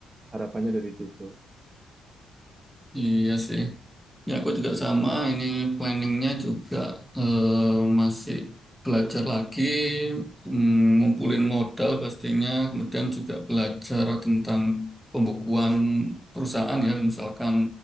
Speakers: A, on the right; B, in the centre.
A: harapannya dari situ.
B: Iya sih. Ya aku juga sama. Ini planningnya juga eh, masih belajar lagi, mm, ngumpulin
A: Mm-mm.
B: modal pastinya. Kemudian juga belajar tentang pembukuan perusahaan ya, misalkan